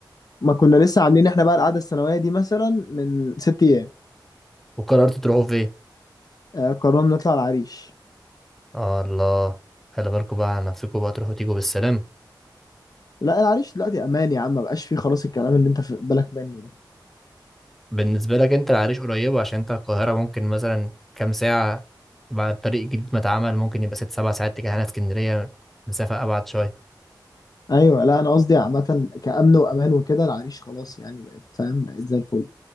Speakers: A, on the left; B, in the centre.
A: ما كنا لسه عاملين احنا بقى القعده السنويه دي مثلا من ست ايام
B: وقررتوا تروحوا فين
A: آه قررنا نطلع العريش
B: آه الله خلي بالكوا بقى على نفسكوا بقى تروحوا تيجوا بالسلام
A: لا العريش دلوقتي امان يا عم ما بقاش فيه خلاص الكلام اللي انت في بالك منه ده
B: بالنسبة لك انت العريش قريبة عشان انت القاهرة ممكن مثلا كام ساعة بعد الطريق الجديد ما اتعمل ممكن يبقى ست سبع ساعات تجاه هنا اسكندرية مسافة أبعد شوية
A: ايوه لا انا قصدي عامه كامن وامان وكده العريش خلاص يعني بقت فاهم بقت زي الفل